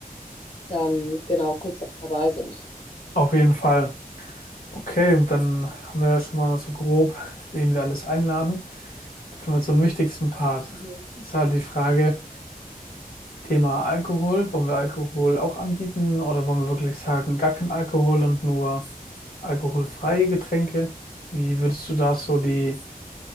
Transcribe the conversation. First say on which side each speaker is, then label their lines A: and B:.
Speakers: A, on the left; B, on the left.
A: dann genau kurz dabei sind.
B: Auf jeden Fall. Okay, und dann haben wir ja schon mal so grob, wen wir alles einladen. Jetzt kommen wir zum wichtigsten Part.
A: Mhm.
B: Ist halt die Frage, Thema Alkohol. Wollen wir Alkohol auch anbieten oder wollen wir wirklich sagen, gar kein Alkohol und nur alkoholfreie Getränke? Wie würdest du da so die